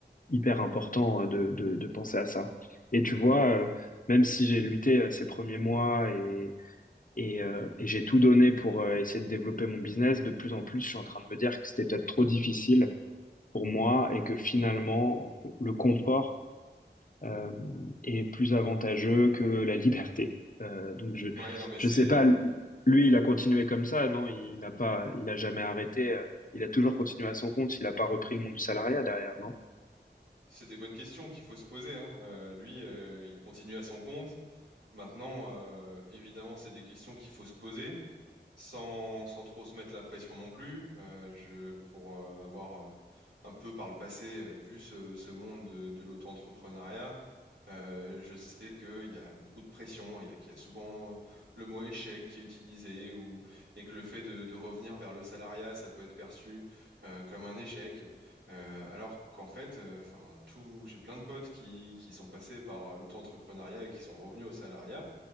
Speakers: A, on the left; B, on the right.
A: hyper important euh, de, de, de penser à ça. Et tu vois, euh, même si j'ai lutté euh, ces premiers mois et, euh, et j'ai tout donné pour euh, essayer de développer mon business. De plus en plus, je suis en train de me dire que c'était peut-être trop difficile pour moi et que finalement, le confort euh, est plus avantageux que la <laughs> liberté. Euh, donc je
B: Ouais, non, mais
A: je
B: c'est...
A: sais pas. Lui, il a continué comme ça, non? Il n'a pas, il a jamais arrêté. euh, il a toujours continué à son compte. Il n'a pas repris le monde du salariat derrière, non?
B: C'est des bonnes questions qu'il faut se poser, hein. Euh, lui, euh, il continue à son compte. Maintenant, euh, évidemment, c'est des questions qu'il faut se poser sans, sans trop se mettre la pression non plus. Euh, je, pour euh, avoir euh, un peu par le passé euh, vu ce, ce monde de, de l'auto-entrepreneuriat, euh, je sais qu'il y a beaucoup de pression, il y a, qu'il y a souvent euh, le mot échec qui est utilisé ou, et que le fait de, de revenir vers le salariat, ça peut être perçu euh, comme un échec. Euh, alors qu'en fait, euh, enfin, tout, j'ai plein de potes qui, qui sont passés par euh, l'auto-entrepreneuriat et qui sont revenus au salariat.